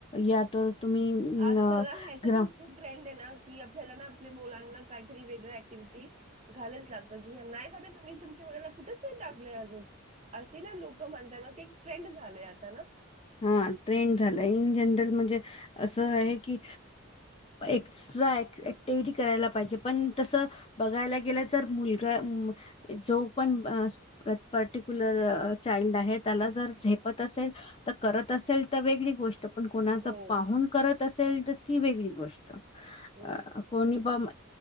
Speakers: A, on the left (about 25°); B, on the right (about 30°).
A: या तर तुम्ही
B: आजकाल
A: अ
B: ना ह्याचं
A: ग्रा
B: पण खूप ट्रेंड आहे ना की आपल्याला ना आपल्या मुलांना काहीतरी वेगळ्या ऍक्टिव्हिटी घालायच लागतं की नाही का तुम्ही तुमच्या मुलाला कुठेच नाही टाकलंय अजून अशी ना लोक म्हणत मग एक ट्रेंड झालंय आता ना
A: हा ट्रेंड झालाय इन जनरल म्हणजे असं आहे की एक्स्ट्रा तेधी करायला पाहिजे पण तसं बघायला गेलं तर मुलगा जो पण पट कुलर चाड आहे त्याला जर झेपत असेल तर करत असेल तर वेगळी गोष्ट पण कोणाच
B: हो
A: पाहून करत असेल तर ती वेगळी गोष्ट.
B: हम्म.
A: अ कोणी पण